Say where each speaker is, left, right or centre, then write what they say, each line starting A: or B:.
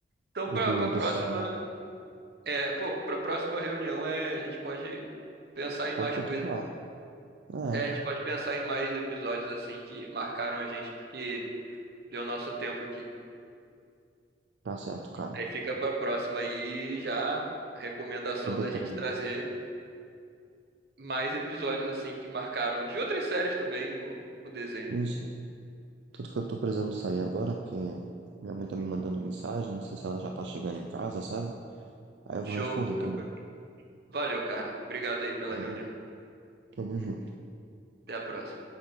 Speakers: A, on the right; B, on the right.
A: Então,
B: O
A: pra,
B: do,
A: pra
B: do
A: próxima
B: Sabo.
A: É, pô, pra próxima reunião é, a gente pode pensar em
B: Pode
A: mais
B: continuar.
A: coisas.
B: É,
A: É, a gente pode pensar em mais episódios assim que marcaram a gente, porque deu nosso tempo aqui.
B: tá certo, cara.
A: Aí fica pra próxima aí já a recomendação
B: Também
A: da
B: tô.
A: gente trazer mais episódios assim que marcaram de outras séries também o, o desenho.
B: Ixi, tudo que eu tô precisando sair agora, porque minha mãe tá me mandando mensagem, não sei se ela já tá chegando em casa, sabe? Aí eu
A: Show.
B: vou responder também.
A: Tranquilo. Valeu, cara. Obrigado aí pela
B: Valeu.
A: reunião.
B: Tamo junto.
A: Até a próxima.